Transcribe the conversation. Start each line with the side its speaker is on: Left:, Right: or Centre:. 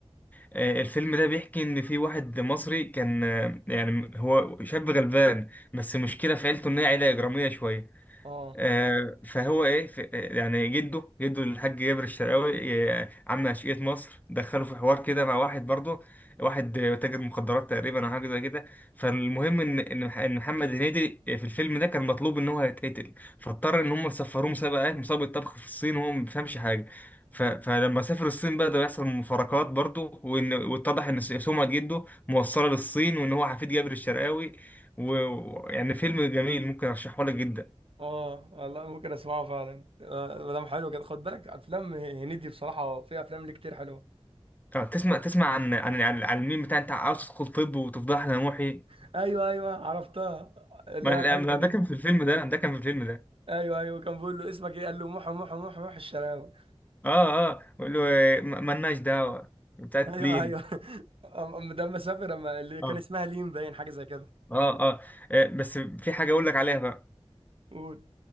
Left: آه، الفيلم ده بيحكي ان في واحد مصري كان آه، يعني هو شاب غلبان بس المشكله في عيلته ان هي عيله اجراميه شويه
Right: اه
Left: آه، فهو ايه ف- آه، يعني جده جده الحاج جابر الشرقاوي آه، عم أشقية مصر دخله في حوار كده مع واحد برضه واحد آه، تاجر مخدرات تقريبا او حاجه زي كده فالمهم ان ان إن محمد هنيدي في الفيلم ده كان مطلوب ان هو هيتقتل فاضطر ان هم يسفروه مسابقه إيه، مسابقه طبخ في الصين وهو ما بيفهمش حاجه ف... فلما سافر الصين بقى ده بيحصل مفارقات برضه وان واتضح ان سمعه جده موصله للصين وان هو حفيد جابر الشرقاوي ويعني فيلم جميل ممكن ارشحه لك جدا
Right: اه والله ممكن اسمعه فعلا آه، ما دام حلو كده خد بالك افلام هنيدي بصراحه في افلام ليه كتير حلوه
Left: اه تسمع تسمع عن عن عن عن الميم بتاع انت عاوز تدخل طب وتفضح لنا محي
Right: <laughs> ايوه ايوه عرفتها اللي
Left: ما لا،
Right: هو الحته
Left: ما
Right: دي
Left: ده كان في الفيلم ده ده كان في الفيلم ده
Right: ايوه ايوه كان بيقول له اسمك ايه قال له محو محو محو محو الشراوي
Left: اه اه بقول له إيه، ما- مالناش دعوه بتاعت
Right: ايوه
Left: لين
Right: ايوه <laughs> أم- أم- ده اما سافر اما اللي كان
Left: اه
Right: اسمها ليم باين حاجه زي كده
Left: اه اه آه، بس في حاجه اقول لك عليها بقى
Right: قول